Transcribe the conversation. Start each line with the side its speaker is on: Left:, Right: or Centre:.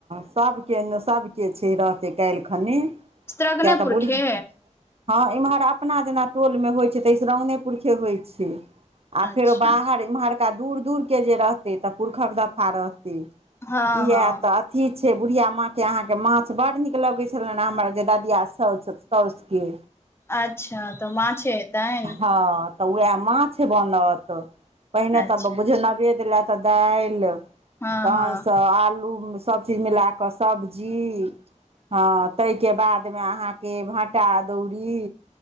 Right: सभके न सभके छै, रहतै काइल खनि। किया
Left: स्त्रगने
Right: तऽ
Left: पुरखे
Right: बुढ़ि हँ इम्हर अपना जेना टोल में होइ छै, तऽ स्त्रंग्ने-पुरखे होइ छै। आ
Left: अच्छा
Right: फेरो बाहर एम्हरका दूर दूरके जे रहतै, तऽ पुरखक दफा रहतै।
Left: हँ
Right: किया
Left: हँ
Right: तऽ की छै, बुढ़िया माँके अहाँके माछ बड़ नीक लगै छलैन हैं, हमर जे ददिया साउस- साउस के।
Left: अच्छा, तऽ माछे हेतैन!
Right: हँ। तऽ वैह माछ बनत, पहिने
Left: अच्छा
Right: तऽ बुझियौ नवेद लै तऽ दाइल
Left: हँ
Right: तहनसँ
Left: हँ
Right: आलू सभ चीज मिला कऽ सब्जी हँ तय के बाद में अहाँके भाँटा अदौरी।